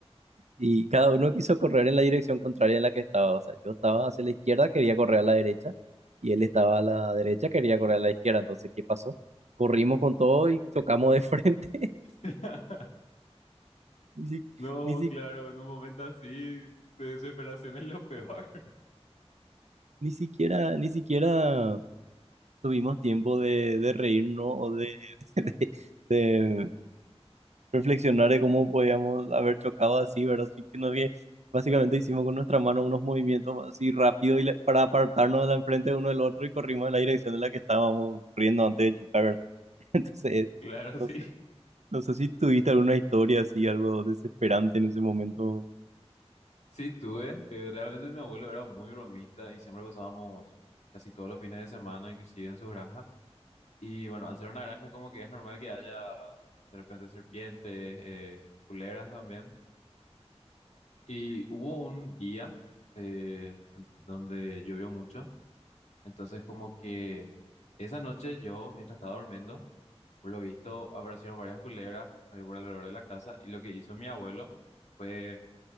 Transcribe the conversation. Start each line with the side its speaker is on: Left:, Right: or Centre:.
Right: y cada uno quiso correr en la dirección contraria en la que estaba. O sea, yo estaba hacia la izquierda, quería correr a la derecha, y él estaba a la derecha, quería correr a la izquierda. Entonces, ¿qué pasó? Corrimos con todo y chocamos de frente.
Left: <laughs>
Right: <laughs> Ni, si-
Left: No,
Right: ni, si-
Left: claro, en un momento así de desesperación es lo peor. <laughs>
Right: ni siquiera, ni siquiera tuvimos tiempo de, de reírnos o de, <laughs> reflexionar de cómo podíamos haber chocado así, ¿verdad? Así que no que básicamente hicimos con nuestra mano unos movimientos así rápido y la- para apartarnos de la enfrente de uno del otro y corrimos en la dirección en la que estábamos corriendo antes de chocar, ¿verdad? <laughs> Entonces,
Left: Claro,
Right: no
Left: sí.
Right: sé, no sé si tuviste alguna historia así, algo desesperante en ese momento.
Left: Sí, tuve. eh, realmente mi abuelo era muy bromista y siempre pasábamos casi todos los fines de semana, inclusive en su granja. Y bueno, al ser una granja como que es normal que haya de repente serpientes, eh, culebras también. Y hubo un día eh, an- donde llovió mucho, entonces como que esa noche yo, mientras estaba durmiendo, por lo visto aparecieron varias culebras eh, por alrededor de la casa y lo que hizo mi abuelo fue